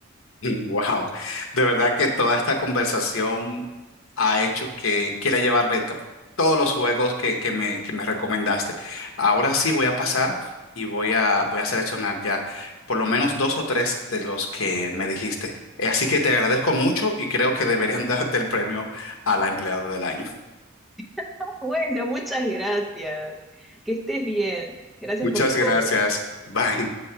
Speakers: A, on the left; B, in the centre.
A: Wow, de verdad que toda esta conversación ha hecho que quiera llevarme ca- todos los juegos que, que me, que me recomendaste. Ahora sí voy a pasar y voy a, voy a seleccionar ya por lo menos dos o tres de los que me dijiste. Eh, Así que te agradezco mucho y creo que deberían <laughs> darte el premio a la empleada del año.
B: <laughs> Bueno, muchas gracias. Que estés bien. Gracias
A: Muchas
B: por tu
A: gracias.
B: compra.
A: Bye.